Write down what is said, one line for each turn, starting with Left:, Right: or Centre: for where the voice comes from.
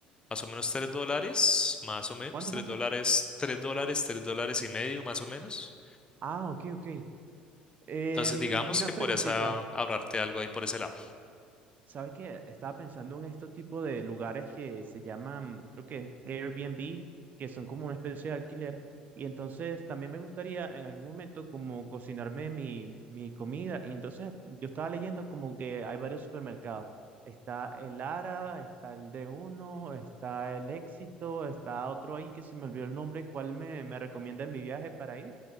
Left: más o menos 3 dólares, más o menos,
Right: ¿Cuánto,
Left: 3
Right: cuánto?
Left: dólares, 3 dólares, 3 dólares y medio, más o menos.
Right: Ah, ok, ok. Em,
Left: Entonces digamos
Right: y una
Left: que podrías
Right: preguntita,
Left: a- ahorrarte algo ahí por ese lado.
Right: ¿Sabes qué? Estaba pensando en este tipo de lugares que se llaman, creo que es Airbnb, que son como una especie de alquiler. Y entonces también me gustaría en algún momento como cocinarme mi, mi comida. Y entonces yo estaba leyendo como que hay varios supermercados. Está el Ara, está el de uno está el Éxito, está otro ahí que se me olvidó el nombre. ¿Cuál me, me recomienda en mi viaje para ir?